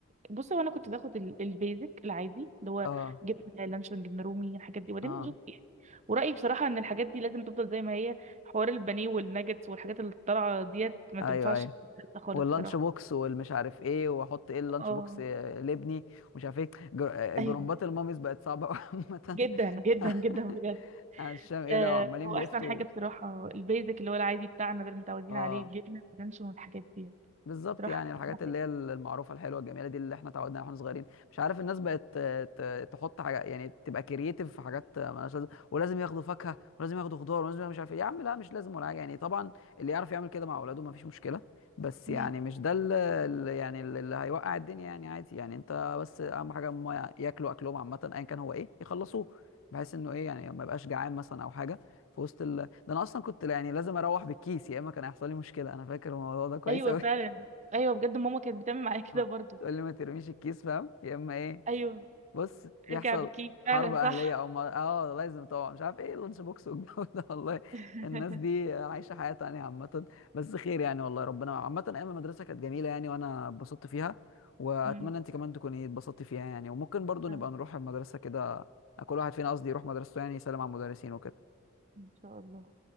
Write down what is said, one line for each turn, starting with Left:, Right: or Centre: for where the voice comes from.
Right: بص هو انا كنت باخد ال- البيزك العادي اللي هو
Left: اه
Right: جبنه لانشون جبنه رومي الحاجات دي وبعدين
Left: اه
Right: بشوف يعني ورايي بصراحه ان الحاجات دي لازم تفضل زي ما هي حوار البانيه والناجتس والحاجات اللي طالعه ديت ما
Left: ايوه
Right: تنفعش
Left: ايوه
Right: في البيت خالص
Left: واللانش
Right: بصراحه
Left: بوكس والمش عارف ايه واحط ايه اللانش
Right: اه
Left: بوكس آه، لابني ومش عارف ايه جر... آه،
Right: ايوه
Left: جروبات الماميز بقت صعبه <laughs> قوي عامه
Right: جدا جدا جدا
Left: <laughs>
Right: بجد
Left: عشان ايه
Right: آه،
Left: ده وعمالين
Right: هو
Left: بيفتوا
Right: احسن حاجه بصراحه البيزك اللي هو العادي بتاعنا ده اللي متعودين
Left: اه
Right: عليه الجبنه واللانشون والحاجات دي
Left: بالظبط
Right: راح
Left: يعني
Right: <laughs> أركز
Left: الحاجات
Right: عليه.
Left: اللي هي المعروفه الحلوه الجميله دي اللي احنا تعودنا عليها واحنا صغيرين مش عارف الناس بقت آه، ت- تحط حاجه يعني تبقى كرييتيف في حاجات آه، مالهاش لازمه ولازم ياخدوا فاكهه ولازم ياخدوا خضار ولازم ياخدوا مش عارف ايه يا عم لا مش لازم ولا حاجه يعني طبعا اللي يعرف يعمل كده مع اولاده ما فيش مشكله بس
Right: مم.
Left: يعني مش ده اللي اللي- يعني ال- اللي هيوقع الدنيا يعني عادي يعني انت بس اهم حاجه هم ياكلوا اكلهم عامه ايا كان هو ايه يخلصوه بحيث انه ايه يعني ما يبقاش جعان مثلا او حاجه في وسط ال... ده انا اصلا كنت يعني لازم اروح بالكيس يا اما كان هيحصل لي مشكله انا فاكر الموضوع ده كويس
Right: ايوه
Left: قوي
Right: فعلا ايوه بجد ماما كانت بتعمل معايا كده
Left: اه
Right: برضو
Left: تقول لي ما ترميش الكيس فاهم يا اما ايه
Right: ايوه
Left: بص يحصل
Right: ارجع بالكيك
Left: حرب
Right: فعلا
Left: اهليه
Right: صح
Left: او ما... اه لازم طبعا مش عارف ايه اللانش بوكس والجو ده <laughs> والله
Right: <laughs>
Left: الناس دي عايشه حياه تانية عامه بس خير يعني والله ربنا عامه ايام المدرسه كانت جميله يعني وانا اتبسطت فيها واتمنى
Right: مم.
Left: انت كمان تكوني اتبسطتي فيها يعني وممكن برضو نبقى
Right: أهو،
Left: نروح المدرسه كده كل واحد فينا قصدي يروح مدرسته يعني يسلم على المدرسين وكده
Right: ان شاء الله